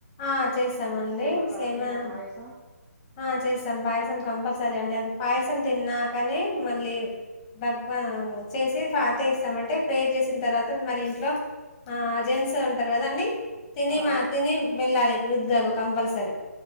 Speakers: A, on the left; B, in the centre.
A: ఆ చేస్తామండి
B: సేమ పా
A: సేమియా
B: సేమ పాయసం
A: ఆ చేస సం పాయసం కంపల్సరీ అండి అది పాయసం తిన్నాకని మళ్ళీ భగ్వా చేసి పాత ఇస్తాం అంటే పే చేసిన తర్వాత మరి ఇంట్లో ఆ జెన్ట్స్ ఉంటారు కదాండి తిని
B: ఆ
A: మా తినీ వెళ్ళాలి దుద్గకు కంపల్సరి